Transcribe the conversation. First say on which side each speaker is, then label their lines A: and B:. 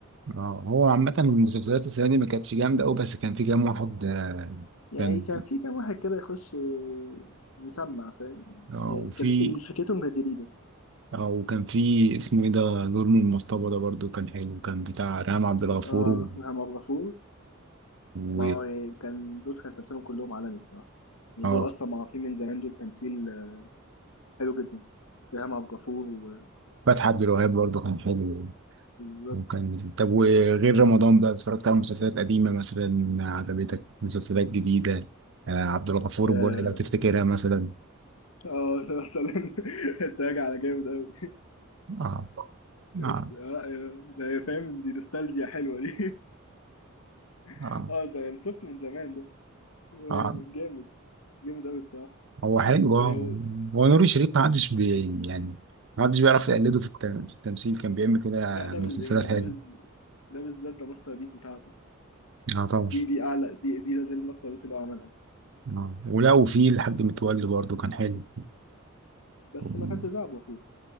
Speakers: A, on the right (about 60°); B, on the left (about 85°).
A: اه هو عامة المسلسلات السنة دي ما كانتش جامدة أوي بس كان في كام واحد آه،
B: يعني
A: كان
B: كان في كام واحد كده يخش آه، يسمع فاهم
A: اه
B: يعني
A: وفي
B: كانت فكرتهم كانت جديده
A: اه وكان في اسمه ايه ده نور من المصطبة ده برضو كان حلو كان بتاع ريهام عبد الغفور
B: اه
A: و...
B: إلهام عبد الغفور ما
A: و...
B: هو يعني كان دول كان تمثيلهم كلهم عالمي الصراحه يعني
A: اه
B: دول اصلا معروفين من زمان دول تمثيل آه، حلو جدا إلهام عبد الغفور و-
A: فتحي عبد الوهاب برضه كان حلو
B: بالظبط
A: وكان طب وغير رمضان بقى اتفرجت على مسلسلات قديمة مثلا عجبتك مسلسلات جديدة آه عبد الغفور
B: آه،
A: البرعي لو تفتكرها مثلا
B: اه ده مثلا <laughs> انت راجع على جامد قوي
A: اه
B: اه
A: اه
B: ده هي فاهم دي نوستالجيا حلوه دي <laughs>
A: اه
B: اه ده يعني شفت من زمان ده هو
A: آه
B: يعني جامد جامد قوي الصراحه
A: هو حلو
B: ولو
A: اه هو نور الشريف ما حدش بي يعني ما حدش بيعرف يقلده في, التم... في التمثيل كان بيعمل كده
B: لا ده
A: مسلسلات
B: بز... يعني
A: حلوة
B: ده بز... ده بالذات ده ماستر بيس بتاعته
A: اه طبعا
B: دي دي اعلى دي دي ده الماستر بيس اللي هو عملها
A: اه ولا وفي الحاج متولي برضه كان حلو
B: بس
A: دي
B: ما كانش زعب اخوه